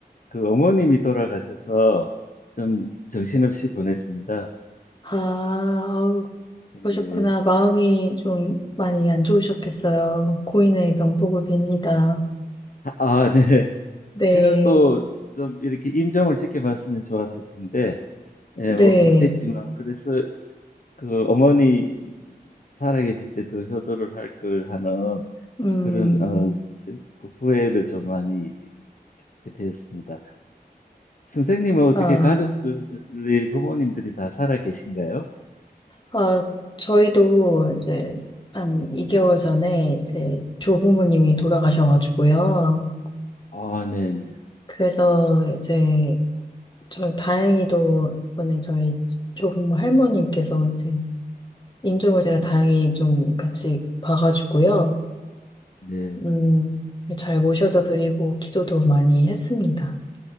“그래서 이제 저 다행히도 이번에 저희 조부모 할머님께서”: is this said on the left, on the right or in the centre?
Left